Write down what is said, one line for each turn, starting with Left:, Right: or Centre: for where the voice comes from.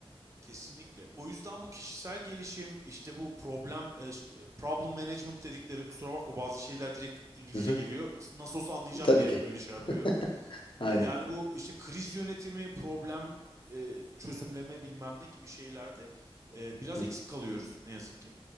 Right: Kesinlikle. O yüzden bu kişisel gelişim, işte bu problem, e, işte problem management dedikleri, kusura bakma bazı şeyler direkt İngilizce
Left: Hı hı.
Right: geliyor. Nasıl olsa anlayacağım
Left: Tabii
Right: diye
Left: ki.
Right: öyle şey yapıyorum.
Left: <laughs> Aynen.
Right: E, Yani bu işte kriz yönetimi, problem e, çözümleme bilmem ne gibi şeylerde e, biraz
Left: Hı hı.
Right: eksik kalıyoruz ne yazık ki.